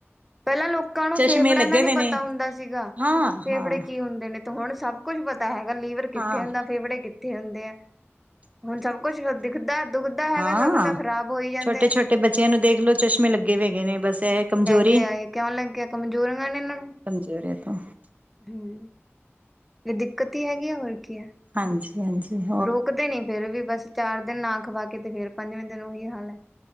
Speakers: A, in the centre; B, on the right.
A: ਪਹਿਲਾਂ ਲੋਕਾਂ ਨੂੰ
B: ਚਸ਼ਮੇ
A: ਫੇਫੜਿਆਂ
B: ਲੱਗੇ
A: ਦਾ ਨੀ
B: ਹੋਏ
A: ਪਤਾ
B: ਨੇ
A: ਹੁੰਦਾ ਸੀਗਾ,
B: ਹਾਂ
A: ਫੇਫੜੇ
B: ਹਾਂ
A: ਕੀ ਹੁੰਦੇ ਨੇ? ਤੇ ਹੁਣ ਸਭ ਕੁੱਛ ਪਤਾ ਹੈਗਾ ਲੀਵਰ
B: ਹਾਂ
A: ਕਿੱਥੇ ਹੁੰਦਾ, ਫੇਫੜੇ ਕਿੱਥੇ ਹੁੰਦੇ ਆ? ਹੁਣ ਸਭ ਕੁਛ ਦਿਖਦਾ, ਦੁਖਦਾ ਹੈਗਾ
B: ਹਾਂ
A: ਸਭ ਤਾਂ ਖ਼ਰਾਬ ਹੋ ਹੀ ਜਾਂਦੇ
B: ਛੋਟੇ
A: ਆ।
B: ਛੋਟੇ ਬੱਚਿਆਂ ਨੂੰ ਦੇਖਲੋ ਚਸ਼ਮੇ ਲੱਗੇ ਹੋ ਹੈਗੇ ਨੇ ਬਸ ਇਹ ਕਮਜ਼ੋਰੀ
A: ਕੀ ਆਏ ਕਹਿਣ ਲੱਗੇ ਕਮਜ਼ੋੂਰੀ ਗ ਨੇ ਇਹਨਾਂ ਨੂੰ
B: ਕਮਜੋਰੀ ਤੋਂ
A: ਬੀ <unintelligible> ਇਹ ਦਿੱਕਤ ਹੀ ਹੈਗੀ ਆ ਹੋਰ ਕੀ ਹੈਆ?
B: ਹਾਂਜੀ। ਹਾਂਜੀ <unintelligible>
A: ਰੋਕਦੇ ਨੀ ਫੇਰ ਵੀ ਬਸ, ਚਾਰ ਦਿਨ ਨਾ ਖਵਾ ਕੇ ਤੇ ਫੇਰ ਪੰਜਵੇਂ ਦਿਨ ਉਹੀ ਹਾਲ ਹੈ।